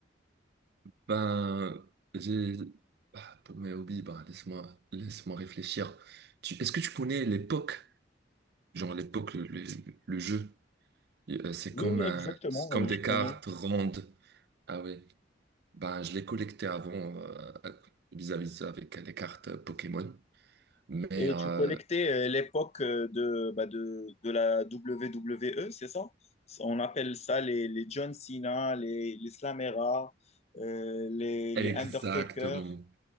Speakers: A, on the right; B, on the left.
A: Ben, j'ai... bah, Pour mes hobbies, bah, laisse-moi laisse-moi réfléchir. Tu... Est-ce que tu connais l'époque Genre à l'époque, le, le- le jeu, et, euh, c'est
B: Oui,
A: comme,
B: oui, exactement,
A: euh, c'est comme
B: euh,
A: des
B: je
A: cartes
B: connais.
A: rondes. Ah ouais. Ben, je les collectais avant euh, vis-à-vis de ça avec les cartes euh, Pokémon. Mais
B: Et
A: euh,
B: tu collectais euh, l'époque euh, de, bah, de, de la WWE, c'est ça? On appelle ça les, les John Cena, les, les Slamera, euh, les,
A: exactement.
B: les Undertaker.